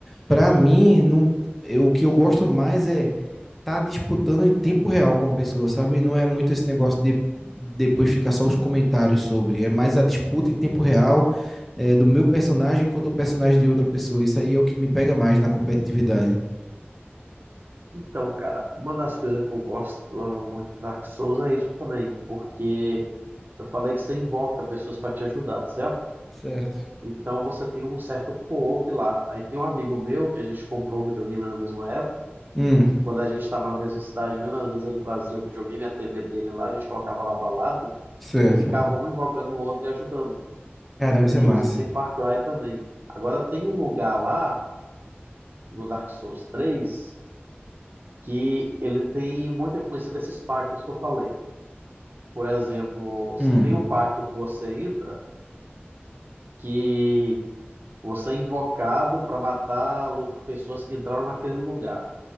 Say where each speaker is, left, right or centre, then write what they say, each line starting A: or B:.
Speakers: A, in the centre; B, on the right.
A: Para mim, não, eu, o que eu gosto mais é tá disputando em tempo real com a pessoa, sabe? Não é muito esse negócio de depois ficar só os comentários sobre, é mais a disputa em tempo real é, do meu personagem contra o personagem de outra pessoa. Isso aí é o que me pega mais na competitividade.
B: Então, cara, uma das coisas que eu gosto muito do Dark Souls é isso também, porque eu falei que você invoca pessoas para te ajudar, certo?
A: Certo.
B: Então você tem um certo co-op lá. Aí tem um amigo meu que a gente comprou o videogame na mesma época,
A: Hum,
B: quando a gente estava na mesma cidade mesmo, às vezes ele trazia o videogame e a TV dele lá, a gente colocava lado a lado
A: certo.
B: e ficava um invocando o outro e ajudando.
A: Caramba,
B: Fizemos
A: isso é massa.
B: isso em Far Cry também. Agora tem um lugar lá, no Dark Souls três que ele tem muita influência desses pactos que eu falei. Por exemplo,
A: Hum,
B: tem um pacto que você entra que você é invocado para matar lu- pessoas que entraram naquele lugar.